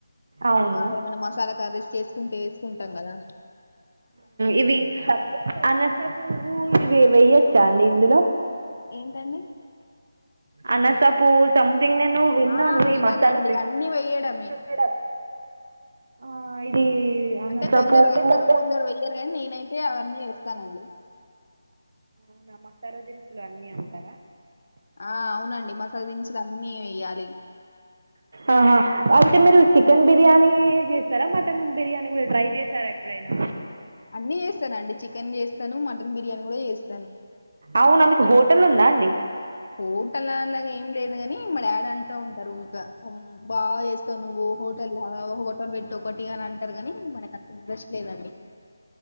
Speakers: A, on the right; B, on the left.
A: అవును
B: ఆరేమైనా మసాలా కర్రేస్ చేేసుకుంటే వేసుకుంటాం కదా
A: ఇవి అనస పువ్వు ఇవి వేయొచ్చా అండి ఇందులో
B: ఏంటండి
A: అనసపువ్వు సం దింగ్ నేను విన్నాను
B: ఆ! వెయ్యాలండి.
A: ఈ మసాలా పే
B: అన్నీ వెయ్యడమే.
A: <unintelligible> ఆ ఇది అనాస
B: అంటే కొందరు
A: పువ్వు
B: వేస్తారు, కొందరు వెయ్యరు గానీ నేనైతే అవన్నీ ఏస్తానండి.
A: అవును ఆ మసాలా దినుసులు అన్ని అంటారా
B: ఆ అవునండి మసాల దినుసులు అన్నీ వేయాలి
A: ఆహా అయితే మీరు చికెన్ బిర్యానీ చేస్తారా మటన్ బిర్యానీ కూడా ట్రై చేసారా ఎప్పుడైనా
B: అన్నీ చేస్తానుండి చికెన్ చేస్తాను మటన్ బిర్యానీ కూడా చేస్తాను
A: అవునా మీకు హోటల్ ఉందా అండి
B: హోటల్ అలాగా ఏం లేదు కానీ మా డాడీ వన్ అంట ఉంటారు ఊక ఊ బాగా చేస్తావు నువ్వు హోటల్ లాగా హోటల్ పెట్టు ఒకటి అని అన్ అంటారు కాని మనకు అంత ఇంట్రెస్ట్ లేదండి